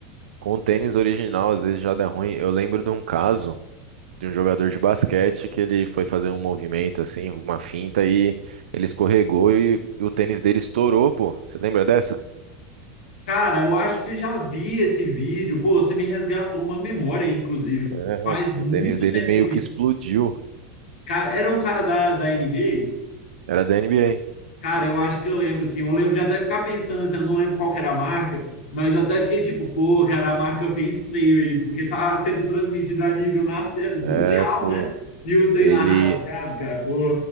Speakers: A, on the right; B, on the left.
A: com o tênis original às vezes já dá ruim. Eu lembro de um caso de um jogador de basquete que ele foi fazer um movimento assim, uma finta e ele escorregou e e o tênis dele estourou, pô. Você lembra dessa?
B: Cara, eu acho que já vi esse vídeo. Pô, você me resgatou uma memória, inclusive.
A: É,
B: Faz
A: O
B: muito
A: o tênis dele
B: tempo
A: meio
B: que eu vi.
A: que explodiu.
B: Cara, era um cara da, da N B A.
A: Era da NBA.
B: Cara, eu acho que eu lembro, assim. Eu lembro de até ficar pensando, assim, eu não lembro qual que era a marca, mas até fiquei tipo, pô, cara, a marca fez feio aí, porque tá sendo transmitida a nível nacional, mundial,
A: é, pô.
B: né? E o trem
A: Ele
B: lá rasgado, cara, pô.